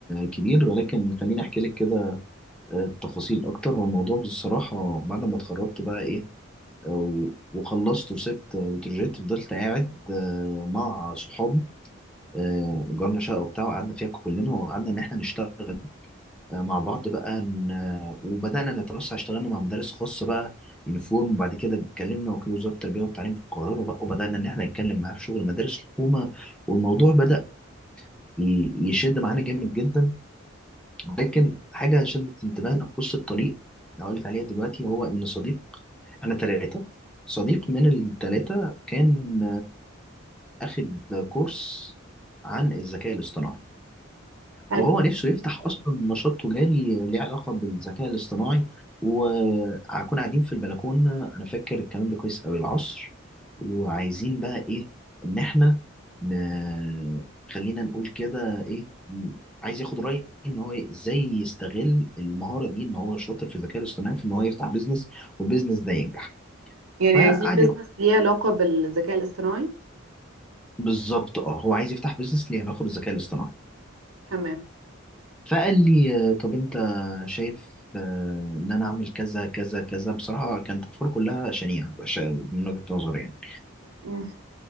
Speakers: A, in the centre; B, on the right (about 85°).
A: كبير ولكن خليني أحكي لك كده التفاصيل اكتر والموضوع بصراحه بعد ما اتخرجت بقى ايه و- وخلصت وسبت وترجيت فضلت قاعد آه، مع صحابي آه، اجرنا شقه وبتاع وقعدنا فيها كلنا وقعدنا ان احنا نشتغل آه، مع بعض بقى ن- آه، وبدانا نتوسع اشتغلنا مع مدارس خاصه بقى يونيفورم وبعد كده اتكلمنا وكيل وزاره التربيه والتعليم في القاهره بقى وبدانا ان احنا نتكلم معاه في شغل مدارس حكومه والموضوع بدا ي- يشد معانا جامد جدا لكن حاجة شدت انتباهنا في وسط الطريق هقول لك عليها دلوقتي هو إن صديق أنا تلاتة صديق من التلاتة كان آه، أخد كورس عن الذكاء الاصطناعي
B: حلو
A: وهو نفسه يفتح اصلا نشاط تجاري ليه علاقه بالذكاء الاصطناعي وهكون قاعدين في البلكونه انا فاكر الكلام ده كويس قوي العصر وعايزين بقى ايه ان احنا ن- خلينا نقول كده ايه م- عايز ياخد رايي ان هو ازاي يستغل المهاره دي ان هو شاطر في الذكاء الاصطناعي في ان هو يفتح بيزنس والبيزنس ده ينجح
B: يعني
A: فقعد
B: عايزين بيزنس
A: ياخد
B: ليه علاقة بالذكاء الاصطناعي
A: بالظبط اه هو عايز يفتح بيزنس ليه علاقه بالذكاء الاصطناعي
B: تمام
A: فقال لي آه، طب انت شايف آه، ان انا اعمل كذا كذا كذا بصراحه كانت افكار كلها شنيعه وحشه أوي من وجهه نظري يعني
B: <laughs> مم.